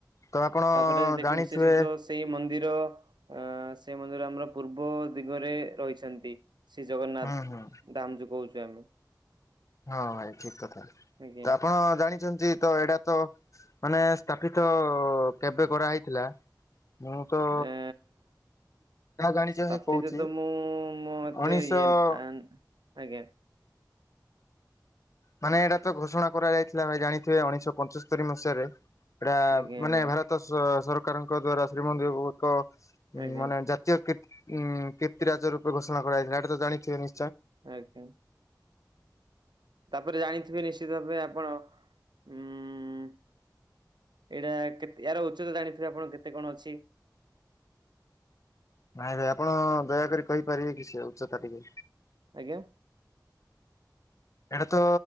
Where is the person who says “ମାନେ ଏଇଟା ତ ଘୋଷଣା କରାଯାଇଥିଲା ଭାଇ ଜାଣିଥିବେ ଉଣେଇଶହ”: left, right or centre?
Left